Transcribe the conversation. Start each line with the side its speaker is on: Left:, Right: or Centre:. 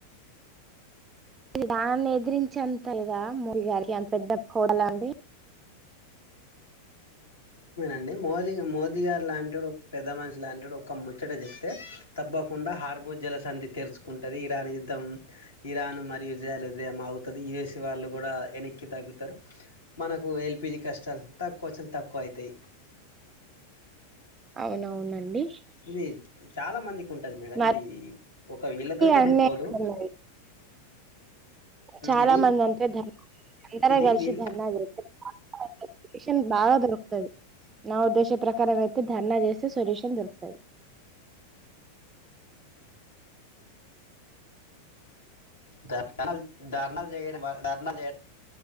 Right: దాని ఎదిరించే ఎంత లేదా మూడి గారికి అంత పెద్ద <unintelligible> అండి
Left: అ మోది మోదీ గారు లాంటి వా పెద్ద మనిషి లాంటి వాడు ఒ ముచ్చట చెప్తే, తప్పకుండా హార్మో జలసధి తెరుచుకుంటుంది, ఇరాన్ యుద్ధం ఇరాన్ మరియు జాలద అవుతుంది యువసీ వాళ్ళు కూడా వెనక్కి తగ్గుతారు, మనకు ఎల్పిజీ కష్టాల కొంచం తక్కువ అయితాయ్
Right: అవునవునండి
Left: ఇది చాలా మంది ఉంటది మేడం
Right: మరి
Left: ఇది ఒక వీళ్ళ తొటనే
Right: అన్నీ
Left: పోదు
Right: ఉన్నాయి చాలా
Left: ఇది
Right: మంది అంతే ధన్ అందరూ
Left: ఇది
Right: కలిసి
Left: వీళ్
Right: ధర్నా చే సొల్యూషన్ బాగా దొరుకుతది, నా ఉద్దేశ ప్రకారం అయితే ధర్నా చేస్తే సొల్యూషన్ దొరుకుతది.
Left: ధర్నా ధర్నా చేయడం ధర్నా చేడం